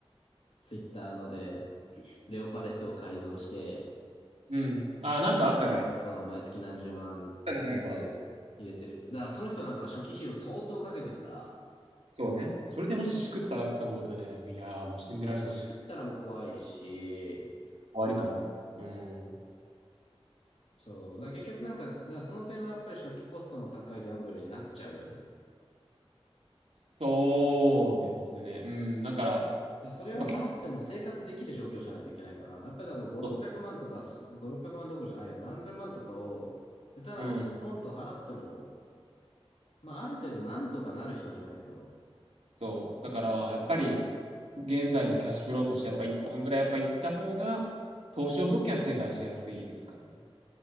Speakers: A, on the left; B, on the right.
A: ツイッターので、レオパレスを改造して、
B: うん。あ、なんかあったね。あっ
A: そう毎月何十万ずつ入れてる人。
B: たね、なんか。
A: だからその人なんか初期費用相当かけてるから、
B: そうね。それでもししくったらって思うとね、いやーもう信じられない。
A: まあ、そう、しくったらもう怖いし、
B: 終わり感ある。うん。
A: そう。だから結局なんか、だからその点はやっぱり初期コストの高いギャンブルになっちゃうよね。
B: そうですね。うん。だから、や
A: らそれを払っても生活できる状況じゃないといけないから、
B: っぱ結
A: やっぱりだから5、600万とかす、
B: 構、
A: 5、600万どころじゃないよ。何千万とかを、下手な話、
B: うん。
A: スポンと払っても、まあ、ある程度なんとかなる人じゃないと。
B: そう。だから、やっぱり、現在のキャッシュフローとして、やっぱ一本ぐらいやっぱ行った方が、投資用物件は手出しやすいですかね。